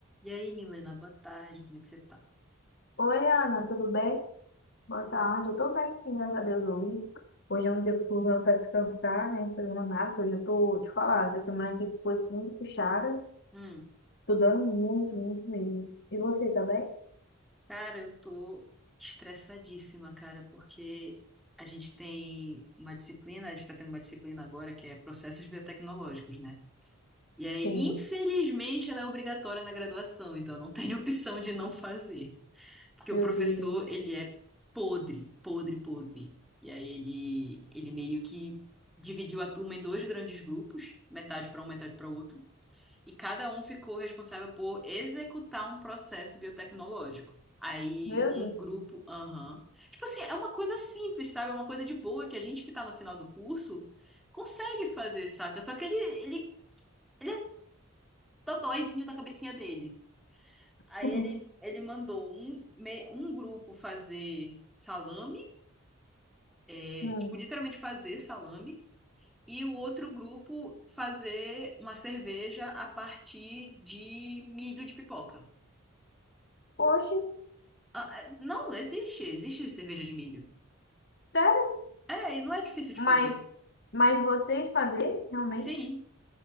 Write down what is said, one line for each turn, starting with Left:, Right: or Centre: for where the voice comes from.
Centre: E aí, Milena, boa tarde, como é que você tá?
Left: Oi, Ana, tudo bem? Boa
Centre: Hum,
Left: tarde. Eu tô bem, sim, graças a Deus hoje. Hoje é um dia que eu tô usando pra descansar, né? Não tô Fazendo nada, que hoje eu tô, te falar, essa semana que foi muito puxada.
Centre: hum.
Left: Tô dando muito, muito mesmo. E você tá bem?
Centre: Cara, eu tô estressadíssima, cara, porque a gente tem uma disciplina, a gente tá tendo uma disciplina agora que é processos biotecnológicos, né? E aí,
Left: Sim.
Centre: infelizmente, ela é obrigatória na graduação, então não tem <laughs> opção de não fazer. Porque o
Left: Meu
Centre: professor,
Left: Deus.
Centre: ele é podre, podre, podre. E aí ele, ele meio que dividiu a turma em dois grandes grupos, metade para um, metade para outro. E cada um ficou responsável por executar um processo biotecnológico. Aí
Left: Meu
Centre: um
Left: Deus.
Centre: grupo, aham. Tipo assim, é uma coisa simples, sabe? É uma coisa de boa que a gente que tá no final do curso consegue fazer, saca? Só que ele, ele, ele é dodóizinho da cabecinha dele. Aí
Left: <laughs>
Centre: ele, ele mandou um, me- um grupo fazer salame, é,
Left: Hum.
Centre: tipo, literalmente fazer salame, e o outro grupo fazer uma cerveja a partir de milho de pipoca.
Left: Poxa,
Centre: Ah, ah, não, existe, existe cerveja de milho.
Left: sério?
Centre: É, e não é difícil de
Left: Mas,
Centre: fazer.
Left: mas vocês fazer, realmente?
Centre: Sim,